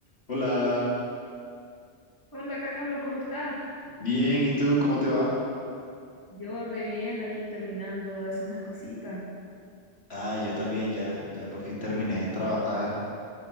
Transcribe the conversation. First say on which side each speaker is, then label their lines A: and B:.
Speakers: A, on the left (about 60°); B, on the left (about 15°).
A: Hola,
B: Hola Carlos, ¿cómo estás?
A: bien, ¿y tú cómo te va?
B: Yo re bien, aquí terminando de hacer unas cositas.
A: Ah, yo también ya, ya por fin terminé de trabajar,